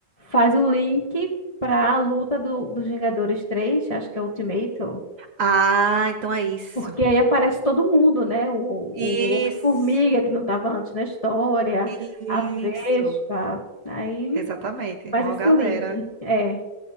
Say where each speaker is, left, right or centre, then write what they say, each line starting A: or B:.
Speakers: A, on the left; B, on the right.
A: faz o link para a luta do, dos Vingadores 3 acho que é Ultimato,
B: Ah, então é isso.
A: porque aí aparece todo mundo, né? O, o
B: Isso.
A: Homem-Formiga, que não estava antes na história,
B: Isso.
A: a Vespa, aí
B: Exatamente.
A: faz
B: Mó
A: esse
B: galera.
A: link. É,